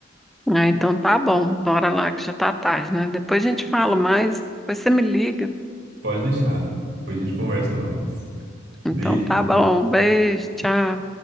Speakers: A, in the centre; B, on the right.
A: Ah, então tá bom, bora lá que já tá tarde, né? Depois a gente fala mais, depois você me liga.
B: Pode deixar. Depois a gente conversa mais.
A: Então
B: Beijo.
A: tá bom, beijo, tchau.